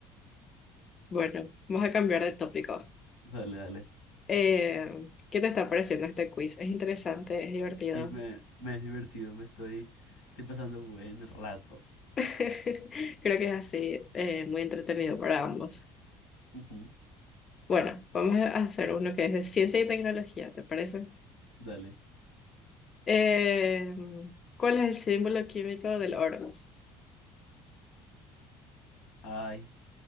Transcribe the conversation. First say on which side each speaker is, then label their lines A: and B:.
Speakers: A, on the left (about 40°); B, on the left (about 85°).
A: Bueno, vamos a cambiar de tópico.
B: dale, dale.
A: Eh, ¿qué te está pareciendo este quiz? Es interesante, es divertido.
B: Sí, me, me es divertido. Me estoy, estoy pasando buen rato.
A: <laughs> Creo que es así, eh, muy entretenido para ambos.
B: Ujú,
A: Bueno, vamos a hacer uno que es de ciencia y tecnología, ¿te parece?
B: Dale.
A: Eh, ¿cuál es el símbolo químico del oro?
B: Ay,